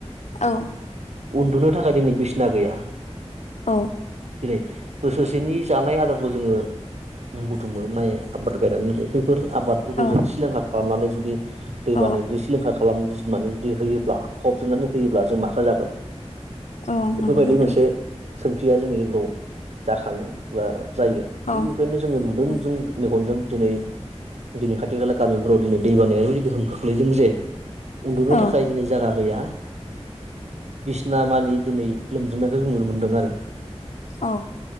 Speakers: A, on the left (about 80°); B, on the right (about 75°).
A: औ
B: उन्दुनो थाखाय दिनै बिसना गैया
A: औ
B: दिनै बोसोरसेनि जानाय आदारखौ जोङो बुथुमो माइ आबादखौ गायनानै बेफोर आबादफोरखौ
A: औ
B: जों सिलिंखार खालामनानै जुदि दै
A: औ
B: बानाया खालामजोबनानै जुदि होयोब्ला फबजोबनानै होयोब्ला जों माखौ जागोन
A: औ
B: बेफोरबायदि
A: नंगौ नोंथां
B: मोनसे सोंथिया जोंनि गेजेराव जाखाङो बा जायो
A: औ
B: थिग बेखौनो जोङो नुदों
A: औ
B: जों मेगनजों दिनै दिनै खाथि खाला गामिफोराव दिनै दै बानाया ओरैबायदि गोहोम खोख्लैदों जे उन्दुनो
A: औ
B: थाखाय दिनै जायगा गैया बिसिना मानि दिनै लोमजोबनायखौ जों नुनो मोन्दों आरो
A: औ